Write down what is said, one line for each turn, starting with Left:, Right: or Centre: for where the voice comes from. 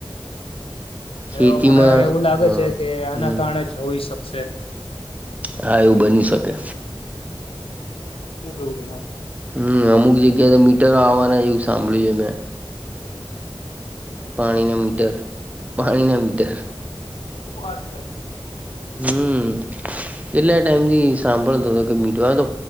Right: ખેતીમાં
Left: એ મને એવું લાગે
Right: હ
Left: છેકે આના
Right: હમ
Left: કારણે જ હોઈ શકશે.
Right: હા, એવું બની શકે.
Left: શું કેવું તમારે.
Right: હમ, અમુક જગ્યાએ તો મીટરો આવવાના એવું સાંભળ્યું છે મેં. પાણીના મીટર પાણીના મીટર.
Left: હ વાત સર
Right: હમ એટલા ટાઈમથી સાંભળતો હતો કે મીઠવા તો